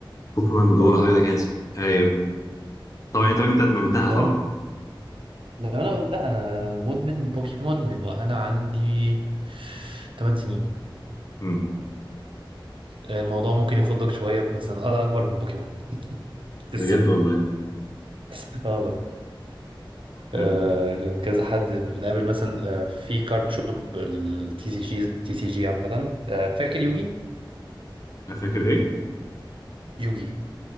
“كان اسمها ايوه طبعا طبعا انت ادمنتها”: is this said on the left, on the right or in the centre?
Left